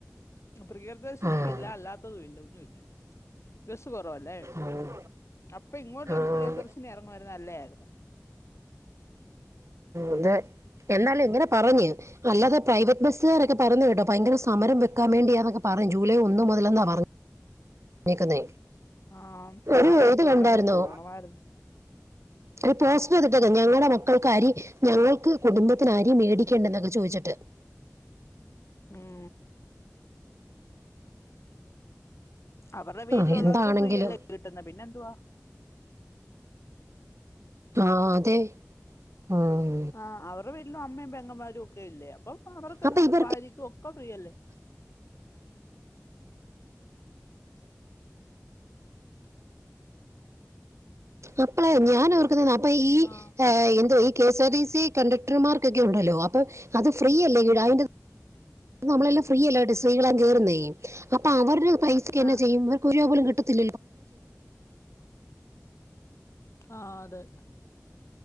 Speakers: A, on the left; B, on the right.
A: പ്രയദർശിനി
B: ആഹ്
A: ഇല്ല അല്ലാത്തതുമില്ല ഒന്നുല്ല ബെസ്സ് കുറവല്ലേ
B: ആഹ്
A: അപ്പൊ ഇങ്ങോട്ടൊരു
B: ആഹ്
A: പ്രിയദർശിനി എറങ്ങുവാരുന്നേ നല്ലതായിരുന്നു
B: അതെ <unintelligible> എന്നാലും ഇങ്ങനെ പറഞ്ഞു അല്ലാതെ പ്രൈവറ്റ്ബസ്സുകാരൊക്കെ പറഞ്ഞു കേട്ടോ ഭയങ്കര സമരം വെക്കാൻ മേണ്ടിയാന്നൊക്കെ പറ ഞ്ഞ് ജൂലൈ ഒന്ന് മുതലെന്നാ പറഞ്ഞ ഞ്ഞെക്കുന്നെ.
A: ആഹ്
B: ഒരു
A: നാളെ എനിക്ക്
B: ഇത് കണ്ടായിരുന്നോ?
A: ഒരിടം വരെ പോണമായിരുന്നു
B: ഒരു പോസ് <inaudible> ഞങ്ങടെ മക്കൾക്ക് അരി ഞങ്ങൾക്ക് കുടുംബത്തിനരി മേടിക്കേണ്ടന്നൊക്കെ ചോയിച്ചിട്ട് <inaudible>
A: ങാ അവർടെ വീട്ടിലൊള്ളവർക്കും
B: ആഹ് എന്താണെങ്കിലും
A: ഫ്രീയല്ലേ കിട്ടുന്നെ പിന്നെന്തുവാ?
B: ആ അതെ. ഉം
A: ആ അവർടെ വീട്ടിലും അമ്മേം പെങ്ങന്മാരും ഒക്കെ ഇല്ലേ. അപ്പൊ അവർക്കെല്ലാം
B: അപ്പൊ ഇവർക്ക്
A: ഭാര്യക്കും ഒക്കെ ഫ്രീയല്ലേ?
B: അപ്പളെ ഞാനോർ അപ്പൊ ഈ
A: ആഹ്
B: എന്തോ K S R T C കണ്ടക്ടർമാർക്കൊക്കെ ഒണ്ടല്ലോ അപ്പൊ അത് ഫ്രീയല്ലേ <unintelligible> നമ്മളെല്ലാം ഫ്രീയല്ലായിട്ട് സ്ത്രീകളെ കേറുന്നേ അപ്പൊ അവർടെ പൈസക്ക് തന്നെ
A: ആഹ്
B: ചെയ്യുമ്പോ അവർക്കൊരൂപപോലും കിട്ട <inaudible>
A: ആ അതെ.